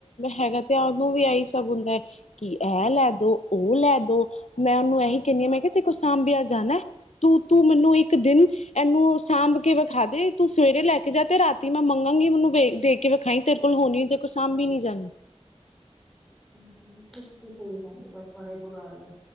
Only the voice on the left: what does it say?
ਹੈਗਾ ਤੇ ਆ ਵੀ ਇਹੀ ਸਭ ਹੁੰਦਾ ਹੈ ਕਿ ਇਹ ਲੈ ਦੋ ਉਹ ਲੈ ਦੋ ਮੈਂ ਉਹਨੂੰ ਇਹੀ ਕਿੰਨੀ ਮੈਂ ਕਿਹਾ ਤੇ ਕੁ ਸੰਬੀਆਂ ਜਾਣਾ ਤੂੰ ਤੂੰ ਮੈਨੂੰ ਇਕ ਦਿਨ ਇਹਨੂੰ ਸਾਂਭ ਕੇ ਵਿਖਾ ਦੇ ਤੂੰ ਸਵੇਰੇ ਲੈ ਕਿ ਜਦ ਤੇ ਰਾਤੀ ਮੈਂ ਮੰਗਾਂਗੀ ਮੈਨੂੰ ਵੇਖ ਦੇਖ ਕੇ ਵੇਖਾਈ ਤੇਰੇ ਕੋਲ ਹੋਣੀ ਕੋਲ ਸਾਂਭੀ ਨੀ ਜਾਣੀ